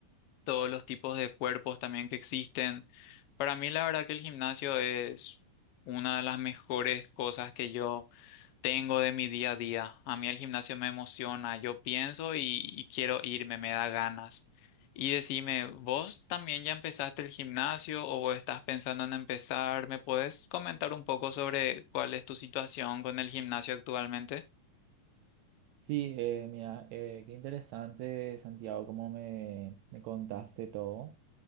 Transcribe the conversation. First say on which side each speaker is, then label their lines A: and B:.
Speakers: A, on the left; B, on the right.
A: todos los tipos de cuerpos también que existen. Para mí, la verdad que el gimnasio es una de las mejores cosas que yo tengo de mi día a día. A mí el gimnasio me emociona, yo pienso y, y quiero irme, me da ganas. Y decime, ¿vos también ya empezaste el gimnasio o vos estás pensando en empezar? ¿Me puedes comentar un poco sobre cuál es tu situación con el gimnasio actualmente?
B: Sí, eh, mira, eh, qué interesante, Santiago, cómo me, me contaste todo.